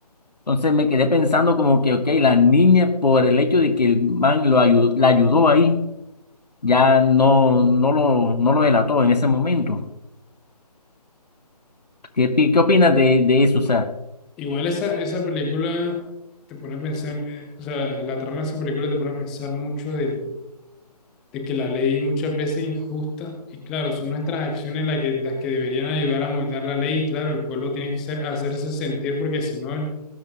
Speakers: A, on the left; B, in the centre.
A: Entonces me quedé pensando como que, ok, la niña por el hecho de que el man lo ayudó, la ayudó ahí, ya no, no lo, no lo delató en ese momento. ¿Qué, pi- qué opinas de, de eso? O sea,
B: Igual esa, esa película te pone a pensar, eh, o sea, la trama de esa película te pone a pensar mucho de, de que la ley muchas veces es injusta, y claro, son nuestras acciones las que, las que deberían ayudar a moldear la ley, y claro, el pueblo tiene que ser- hacerse sentir porque si no, el,